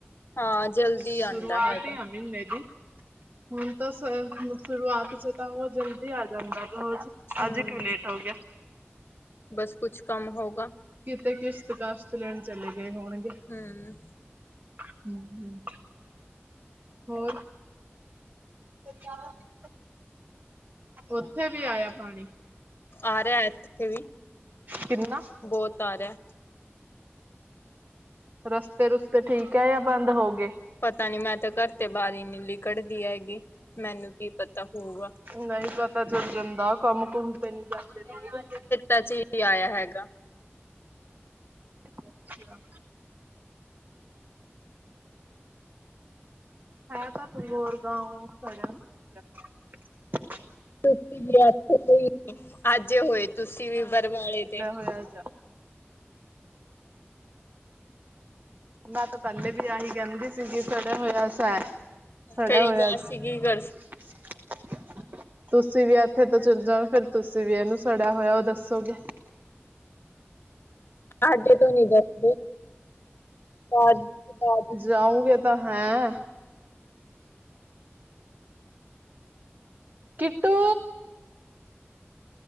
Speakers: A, on the left; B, on the right.
A: ਹਾਂ ਜਲਦੀ
B: ਸ਼ੁਰੂਆਤ
A: ਆਂਦਾ ਹੈਗਾ
B: ਆ ਮੀਨੇ ਦੀ ਹੁਨ ਤਾ‌ ਸ ਸ਼ੁਰੂਆਤ ਚ ਤਾ ਓ ਜਲਦੀ ਆ ਜਾਂਦਾ ਰੋਜ਼
A: ਹੂੰ
B: ਆੱਜ ਕਯੁ ਲੇਟ ਹੋਗੇਆ।
A: ਬਸ ਕੁਛ ਕਾਘਮ ਹੋੳਗਾ।
B: ਕਿਤੇ ਕਿਸ਼ਤ-ਕਾਸ਼ਤ ਲੈਣ ਚਲੇ ਗਏ ਹੋਣਗੇ।
A: ਹੂੰ।
B: <inaudible> ਹੋਰ <inaudible> ਓਥੇ ਵੀ ਆਏਆ ਪਾਣੀ
A: ਆ ਰਿਹਾ ਇੱਥੇ ਵੀ
B: ਕਿਨਾ
A: ਬਹੁਤ ਆ ਰਿਹਾ
B: ਰਸਤੇ-ਰੁਸਤੇ ਠੀਕ ਐ ਯਾ ਬੰਦ ਹੋਗੇ।
A: ਪਤਾ ਨੀ ਮੈਂ ਤੋਂ ਘਰ ਤੇ ਬਾਰ ਈ ਨੀ ਲਿਕੜਦੀ ਹੈਗੀ, ਮੈਨੂੰ ਕੀ ਪਤਾ ਹੋਊਗਾ।
B: ਨਈ ਪਤਾ ਚੱਲ ਜਾਂਦਾ ਕੰਮ-ਕੁੰਮ ਤੇ ਨੀ ਜਾਂਦੇ ਨੇ
A: ਹਜੇ ਈ ਆਏਆ ਹੈਗਾ।
B: ਅੱਛਾ। ਹੈ ਤਾ ਤੁ ਹੋਰ ਗਾਓ ਸੜੇਆ ਹੋਏਆ ਜਾ।
A: ਤੁਸੀਂ ਵੀ ਇੱਥੇ, ਅੱਜ ਹੋਏ ਤੁਸੀਂ ਵੀ ਬਰਵਾਲੇ ਦੇ
B: ਬੈਅ ਜਾ ਮੈਂ ਤਾਂ ਪਹਿਲੇ ਵੀ ਆਹੀ ਕਹਿੰਦੀ, ਸੀਗੀ ਸੜਿਆ ਹੋਇਆ ਸਾ ਹੈ। ਸੜਿਆ
A: ਫੇਰ
B: ਹੋਇਆ ਅੱਜ
A: ਅਸੀਂ ਕੀ ਕਰ
B: <inaudible> ਤੁਸੀਂ ਵੀ ਇੱਥੇ ਤੇ ਚੱਲ ਜਾਓ, ਫੇਰ ਤੁਸੀਂ ਵੀ ਇਹਨੂੰ ਸੜਿਆ ਹੋਇਆ ਉਹ ਦੱਸੋਗੇ।
A: ਅੱਜ ਤ ਨੀ ਦੱਸਦੇ, ਬਾਦ ਬਾ
B: ਜਾਊਗੇ ਤਾਂ ਹੈ ਕਿਟੋ